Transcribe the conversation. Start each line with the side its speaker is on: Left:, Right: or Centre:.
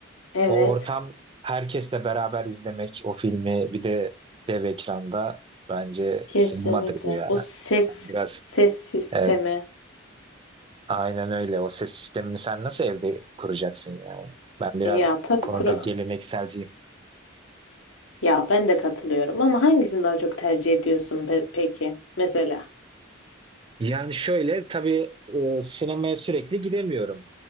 Left: evet
Right: o ortam herkesle beraber izlemek o filmi bir de dev ekranda bence
Left: kesinlikle
Right: sinemadır bu yani.
Left: o ses
Right: Ben biraz
Left: ses sistemi
Right: e, Aynen öyle. O ses sistemini sen nasıl evde kuracaksın yani? Ben biraz
Left: ya tabii
Right: bu konuda
Left: kura
Right: gelenekselciyim.
Left: ya ben de katılıyorum ama hangisini daha çok tercih ediyorsun pe- peki mesela?
Right: Yani şöyle tabii e, sinemaya sürekli gidemiyorum.